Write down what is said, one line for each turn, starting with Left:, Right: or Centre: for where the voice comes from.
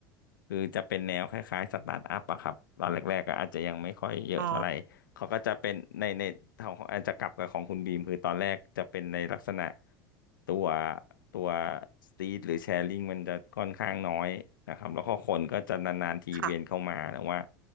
Left: คือจะเป็นแนวคล้ายๆสตาร์ทอัพอะครับตอนแรกๆก็อาจจะยังไม่ค่อยเยอะเท่าไหร่
Right: อ๋อ
Left: เขาก็จะเป็นในในทางของแอนจะกลับกับของคุณบีมคือตอนแรกจะเป็นในลักษณะตัวตัวสตรีทหรือแชร์ลิงมันจะค่อนข้างน้อยนะครับแล้วก็คนก็จะนานๆทีเวียนเข้ามาแต่ว่า
Right: ค่ะ